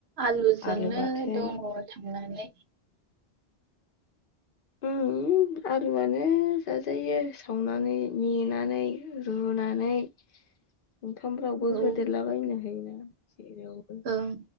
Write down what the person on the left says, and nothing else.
आलु बाथोन
ओम आलुआनो जाजायो सावनानै, मेनानै, रुनानै ओंखामफ्रावबो
होदेरलाबायनो हायोना। <unintelligible> एवगो